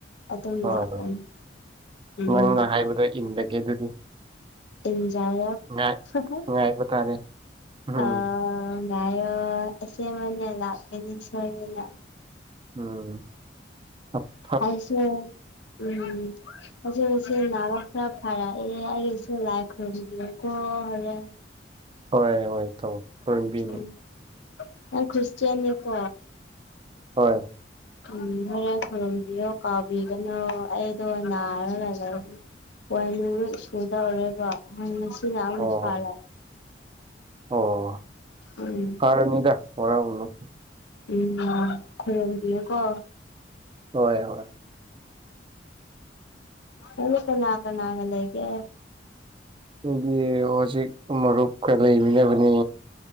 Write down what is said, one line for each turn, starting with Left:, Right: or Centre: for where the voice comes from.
Left: ꯑꯗꯨꯝ
Right: ꯍꯣꯏ
Left: ꯂꯥꯛꯀꯅꯤ ꯎꯝ
Right: ꯅꯪꯅ ꯍꯥꯏꯕꯗꯣ ꯏꯟꯂꯒꯦ ꯑꯗꯨꯗꯤ
Left: ꯏꯟꯖꯔꯣ
Right: ꯉꯥꯏ
Left: ꯍꯍ
Right: ꯉꯥꯏꯕ ꯇꯥꯔꯦ ꯎꯝ
Left: ꯑ ꯉꯥꯏꯌꯣ ꯑꯁꯦꯡꯕꯅꯦ ꯂꯥꯛꯀꯅꯤ ꯁꯣꯏꯗꯅ
Right: ꯑ
Left: ꯑꯩꯁꯨ ꯎꯝ ꯑꯟꯏꯟꯇꯦꯜꯂꯤꯖꯦꯕꯜ ꯐꯔꯛꯑꯦ ꯑꯦꯁꯨ ꯂꯥꯏꯈꯨꯔꯨꯝ ꯑꯣ ꯍꯣꯔꯦꯟ
Right: ꯍꯣꯏ ꯍꯣꯏ ꯇꯧ ꯈꯨꯔꯨꯝꯕꯤꯅꯤ
Left: ꯎꯝ ꯅꯪ ꯈ꯭ꯔꯤꯁꯇꯌꯦꯟ ꯅꯤꯀꯣ
Right: ꯍꯣꯏ
Left: ꯎꯝ ꯍꯣꯔꯦꯟ ꯈꯨꯔꯨꯝꯕꯤꯌꯣ ꯀꯥꯎꯕꯤꯒꯅꯣ ꯑꯩꯗꯣ ꯅꯥꯔꯥꯒ ꯑꯣꯏꯅ ꯁꯨꯗꯧꯔꯒ ꯍꯥꯏꯅ ꯁꯤ ꯌꯥꯝꯅ
Right: ꯑꯣ
Left: ꯐꯔ
Right: ꯑꯣ
Left: ꯎꯝ
Right: ꯐꯔꯅꯤꯗ ꯋꯥꯔꯧꯔꯨꯅꯨ
Left: ꯎꯝ ꯈꯣꯏꯔꯨꯝꯕꯤꯌꯨ ꯀꯣ
Right: ꯍꯣꯏ ꯍꯣꯏ
Left: ꯎꯝ ꯍ ꯂꯅꯥꯀ ꯅꯅ ꯂꯩꯒꯦ
Right: ꯑꯩꯒꯤ ꯍꯧꯖꯤꯛ ꯃꯔꯨꯞꯀ ꯂꯩꯃꯤꯟꯅꯅꯕꯅꯤ